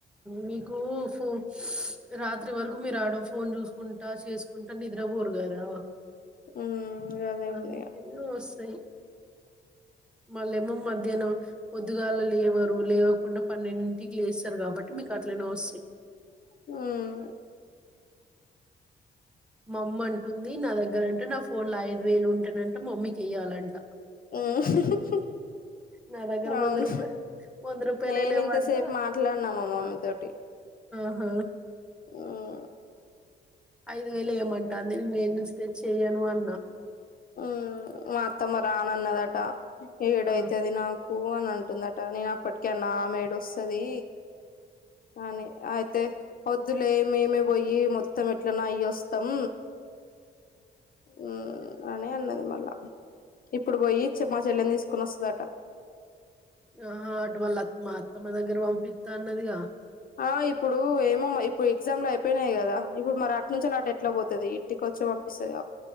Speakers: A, in the centre; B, on the left (about 45°).
A: మీకు ఫో రాత్రి వరకు మీరు ఆడో ఫోన్ చూసుకుంటా చేసుకుంటా నిద్ర పోరు కదా
B: ఉమ్ అదే ఉంది
A: అందుకే
B: ఇగ
A: వస్ అది మళ్ళేమో మధ్యాహ్నం పొద్దుగాల లేవరు లేవకుండా పన్నెండింటికి లేస్తారు కాబట్టి మీకు అట్లనే వస్తాయి
B: హ్మ్
A: మా అమ్మ అంటుంది నా దగ్గరంట నా ఫోన్లు ఐదు వేలు ఉంటేనంట మమ్మీకి వెయ్యాలంట
B: ఓ హు హు
A: నా దగ్గర
B: అవును
A: వంద రూపాయ వంద రూపాయలే
B: నేను
A: లేవంట
B: ఇంతసేపు మాట్లాడినా మా మమ్మీ తోటి
A: ఆహ్
B: ఉహ్
A: ఐదు వేలు ఎయ్యమంటంది నేను ఏడు నుంచి తెచ్చి వెయ్యను అన్నా
B: ఉ మా అత్తమ్మ రానన్నదట ఏడైతే
A: ఆ
B: అది నాకు ఎక్కు అని అంటుందట నేను అప్పటిక అన్న ఆమె వస్తుంది కానీ అయితే వొద్దులే మేమే పోయి మ తం ఎట్లనా అయి వస్తాం ఉ అనే అన్నది మళ్ళా ఇప్పుడు పోయి చె మా చెల్లెని తీసుకుొని వస్తదంట
A: ఆహా అటువల్ల అ మా అత్తమ దగ్గర పంపిస్తా అన్నదిగా
B: ఆ ఇప్పుడు ఏమో ఇప్పుడు ఎగ్జామ్లు అయిపోయినాయి కదా ఇప్పుడు మరి అటు నుంచి అలాట ఎట్లా పోతుంది ఇంటికి వచ్చి పంపిస్తుంది